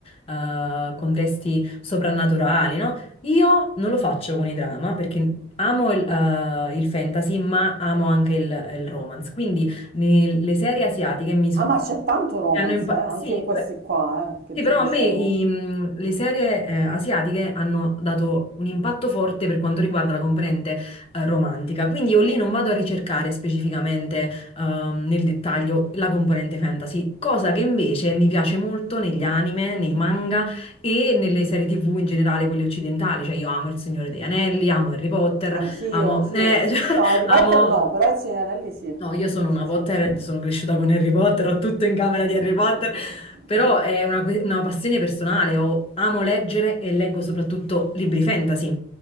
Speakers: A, on the left; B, on the right.
A: eh, contesti soprannaturali, no? Io non lo faccio con i drama perché amo il, eh, il fantasy, ma amo anche il, il romance. Quindi le, le serie asiatiche mi so-
B: Ah, ma
A: mi
B: c'è tanto romance,
A: hanno impa-
B: eh, anche
A: sì,
B: in questi
A: pe-
B: qua, eh, che
A: sì,
B: ti
A: però
B: dicevo.
A: a me i- mh, le serie eh, asiatiche hanno dato un impatto forte per quanto riguarda la componente eh, romantica, quindi io lì non vado a ricercare specificamente ehm, nel dettaglio la componente fantasy, cosa che invece mi piace molto negli anime, nei manga e nelle serie TV in generale, quelle occidentali, cioè io amo Il Signore degli Anelli, amo Harry Potter,
B: Anch'io,
A: amo...
B: anch'io.
A: eh, <laughs> cioè,
B: No, Harry
A: Amo,
B: Potter no, però il Signore degli Anelli sì.
A: No, io sono
B: Sì,
A: una Potterhead,
B: sì.
A: sono cresciuta con Harry Potter, ho tutto in camera
B: Anch'io
A: di Harry Potter, però è una, que- una passione personale, ho- amo leggere e leggo soprattutto libri fantasy.